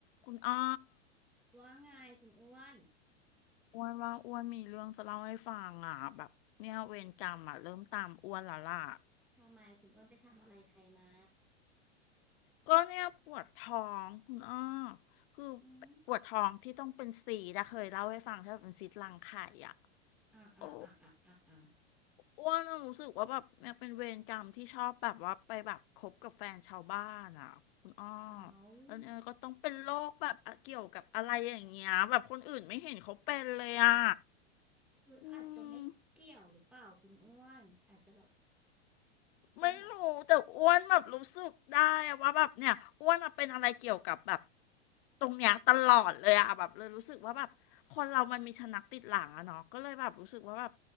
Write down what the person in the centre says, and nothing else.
ว่าไงคุณอ้วน
ทำไมคุณอ้วนไปทำอะไรใครมา
อืม
อ่าอ่าอ่าอ่าอ่าอ่า
เอา
หรืออาจจะไม่เกี่ยวหรือเปล่าคุณอ้วนอาจจะแบบ
เป็นแบบ